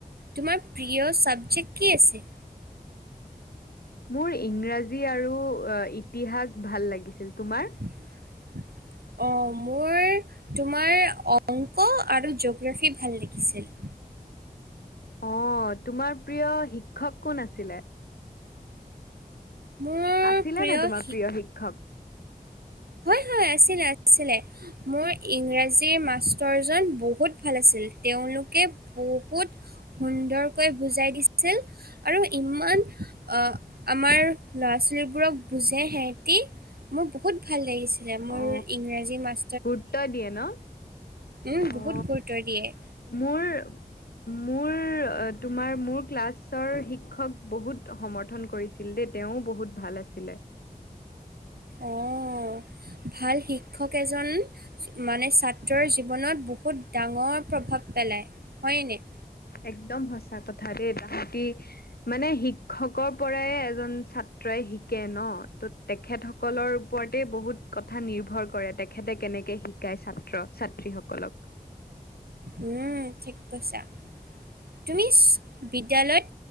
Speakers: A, on the right; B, on the left.
A: তোমাৰ প্ৰিয় চাবজেক্ট কি আছে?
B: মোৰ ইংৰাজী আৰু অ', ইতিহাস ভাল লাগিছিল, তোমাৰ?
A: অ', মোৰ তোমাৰ অংক আৰু জঅ'গ্ৰাফী ভাল লিখিছিল।
B: অ', তোমাৰ প্ৰিয় শিক্ষক কোন আছিলে?
A: মোৰ
B: আছিলে
A: প্ৰিয়
B: নে তোমাৰ
A: শিক
B: প্ৰিয় শিক্ষক?
A: হয় হয়, আছিলে আ-ছিলে। মোৰ ইংৰাজীৰ মাষ্টৰজন বহুত ভাল আছিল, তেওঁলোকে বহুত সুন্দৰকৈ বুজাই দিছিল আৰু ইমান, আ, আমাৰ ল'ৰা-ছোৱালীবোৰক বুজে সেহেতি মোৰ বহুত ভাল লাগিছিলে মোৰ
B: অ
A: ইংৰাজী মাছ
B: গুৰুত্ব দিয়ে ন?
A: উম, বহুত
B: অ
A: গুৰুত্ব দিয়ে।
B: মোৰ, মোৰ অ', তোমাৰ মোৰ ক্লাছৰ শিক্ষক বহুত সমৰ্থন কৰিছিল দেই, তেওঁও বহুত ভাল আছিলে।
A: অ', ভাল শিক্ষক এজন মানে ছাত্ৰৰ জীৱনত বহুত ডাঙৰ প্ৰভাৱ পেলায়, হয়নে?
B: একদম সঁচা কথা দেই, তাহাতি মানে শিক্ষকৰ পৰাই এ জন ছাত্ৰই শিকে ন, ত' তেখেতসকলৰ ওপৰতে বহুত কথা নিৰ্ভৰ কৰে, তেখেতে কেনেকে শিকায় ছাত্ৰ-ছাত্ৰীসকলক।
A: উম, ঠিক কৈছা, তুমি চ বিদ্যালয়ত